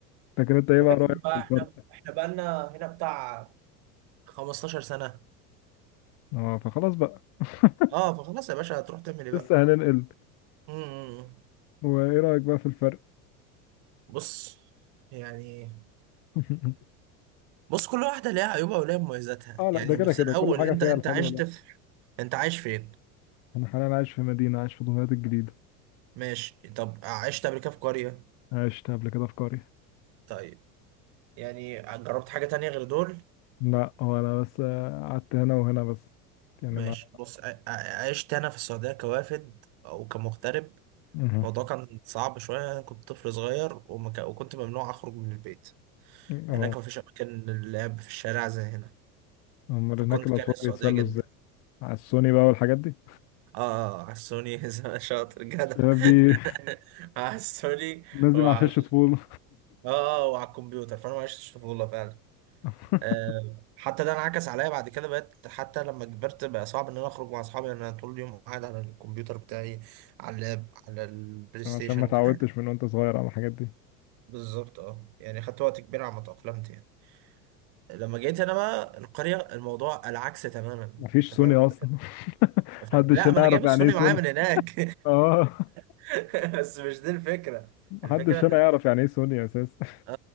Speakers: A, on the left; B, on the right.
A: لكن انت ايه
B: ولكن
A: بقى رأيك
B: بقى
A: في الفرق
B: احنا احنا بقالنا هنا بتاع 15 سنة
A: اه فخلاص بقى <laughs>
B: اه فخلاص يا باشا هتروح تعمل ايه بقى
A: لسه هننقل
B: مم.
A: وايه رايك بقى في الفرق
B: بص يعني
A: <laughs>
B: بص كل واحدة ليها عيوبها وليها مميزاتها
A: اه لا
B: يعني
A: ده كده
B: بس
A: كده
B: الأول
A: كل حاجه
B: أنت
A: فيها
B: أنت
A: الحلوه
B: عشت
A: لا
B: في أنت عايش فين؟
A: انا حاليا عايش في مدينه عايش في دمياط الجديده
B: ماشي طب عشت قبل كده في قرية؟
A: عشت قبل كده في قريه
B: طيب يعني جربت حاجة تانية غير دول؟
A: لا هو انا بس آه، قعدت هنا وهنا بس يعني
B: ماشي
A: ما
B: بص ع- ع- عشت أنا في السعودية كوافد أو كمغترب
A: مه.
B: الموضوع كان صعب شوية أنا كنت طفل صغير وما ك- وكنت ممنوع أخرج من البيت
A: اه
B: هناك مفيش أماكن للعب في الشارع زي هنا
A: امال
B: فكنت
A: هناك الاطفال
B: كاره السعودية
A: بيتسلوا
B: جدا
A: ازاي على السوني بقى والحاجات دي
B: اه آه، على السوني <laughs> شاطر جدع
A: الشباب دي
B: <laughs> على السوني
A: الناس دي
B: وعلى
A: ما عاشتش طفوله
B: اه وعلى الكمبيوتر فانا ما عشتش طفوله فعلا
A: <laughs>
B: آه، حتى ده انعكس عليا بعد كده بقيت حتى لما كبرت بقى صعب ان انا اخرج مع اصحابي لان انا طول اليوم قاعد على الكمبيوتر بتاعي على اللاب على البلاي
A: عشان
B: ستيشن
A: ما اتعودتش
B: كده
A: من وانت صغير على الحاجات دي
B: بالظبط اه يعني خدت وقت كبير على ما تأقلمت يعني لما جيت انا بقى القريه الموضوع العكس تماما
A: مفيش
B: انت
A: سوني
B: فاهم الفكره
A: اصلا <laughs> محدش
B: لا
A: هنا
B: ما انا
A: يعرف
B: جايب السوني
A: يعني ايه سوني
B: معايا من هناك
A: اه
B: <laughs> بس مش دي الفكره
A: محدش
B: الفكره ان
A: هنا يعرف يعني ايه سوني اساسا
B: اه